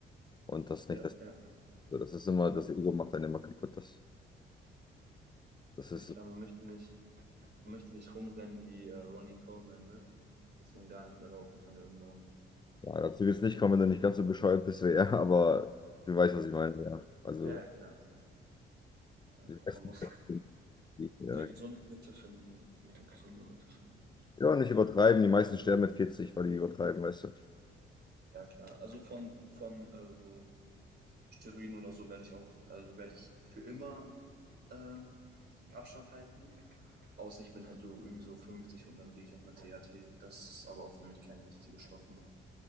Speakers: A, on the left (about 20°); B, on the right (about 55°).
A: Und das ist
B: Ja,
A: nicht das.
B: ja.
A: Das ist immer, das Ego macht einen immer kaputt. Das, das
B: Ja,
A: ist,
B: klar, man möchte nicht, man möchte nicht rumrennen wie äh, Ronnie Coleman, ne? Dass man gar nicht mehr laufen kann irgendwann.
A: ja, dazu wird es nicht kommen, wenn du nicht ganz so bescheuert bist wie er, <laughs> aber du weißt, was ich meine, ja. Also,
B: Ja, ja, klar. Ja,
A: ich
B: klar.
A: weiß
B: Man
A: nicht,
B: muss
A: wie ich, äh,
B: eine gesunde Mitte finden. Eine gesunde Mitte finden.
A: Ja, nicht übertreiben. Die meisten sterben mit 40, weil die übertreiben, weißt du.
B: Ja, klar. Also von, von äh, so Steroiden oder so werde ich auch, also werde ich für immer ähm, Abstand halten. Außer ich bin halt so irgendwie so 50 und dann gehe ich auf eine THT. Das ist aber auch für mich kein wichtiges Stoff. ne?